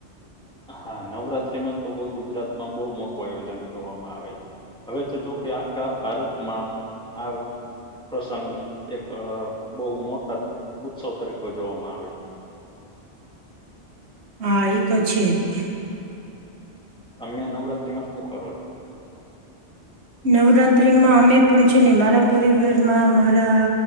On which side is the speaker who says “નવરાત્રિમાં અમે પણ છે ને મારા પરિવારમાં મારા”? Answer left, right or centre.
Right